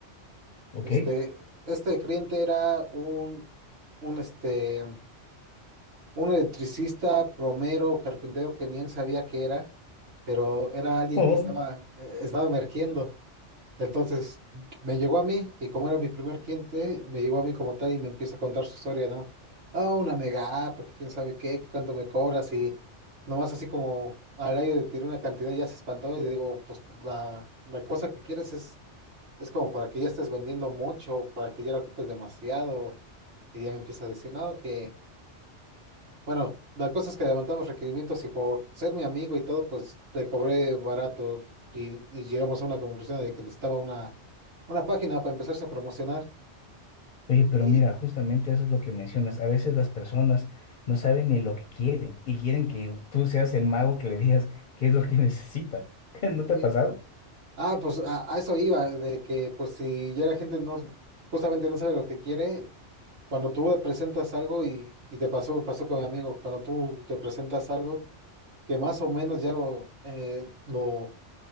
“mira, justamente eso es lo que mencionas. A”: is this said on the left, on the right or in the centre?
Left